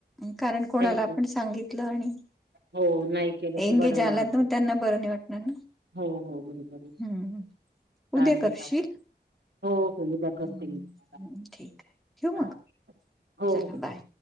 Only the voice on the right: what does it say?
थँक्यू
हो नाही केलं
की बरं
नाही वाटत
हो हो बरोबर आहे
चालेल
चालेल हो हो उद्या करते
मी तुम्हाला
चालेल.
हो
हो